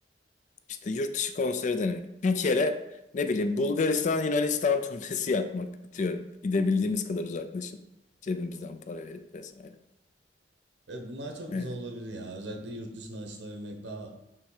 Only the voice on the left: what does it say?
İşte yurt dışı konseri denemek. Bir kere ne bileyim Bulgaristan Yunanistan <laughs> turnesi yapmak atıyorum. Gidebildiğimiz kadar uzaklaşıp cebimizden para verip vesaire.
Evet.